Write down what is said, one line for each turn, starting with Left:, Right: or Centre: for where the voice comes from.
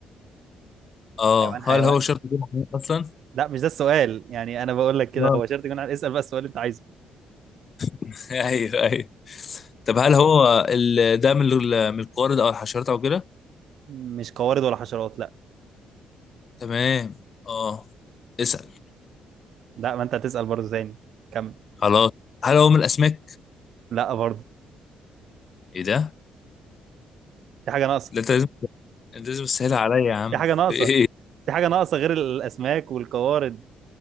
Left: اه
Right: حيوان حيوان
Left: هل هو شرط يكون محمود اصلا
Right: لا مش ده السؤال يعني انا بقول لك كده
Left: اه
Right: هو شرط يكون عارف اسال بقى السؤال اللي انت عايزه
Left: <laughs> ايوه ايوه طب هل هو ال- ده من ال- من القوارض او الحشرات او كده
Right: مش قوارض ولا حشرات لا
Left: تمام اه اسال
Right: لا ما انت هتسال برضه تاني كمل
Left: خلاص هل هو من الاسماك
Right: لا برضه
Left: ايه ده
Right: في حاجه ناقصه
Left: لا انت انت لازم تسهل عليا يا عم
Right: في حاجه
Left: في
Right: ناقصه
Left: ايه
Right: في حاجه ناقصه غير الاسماك والقوارض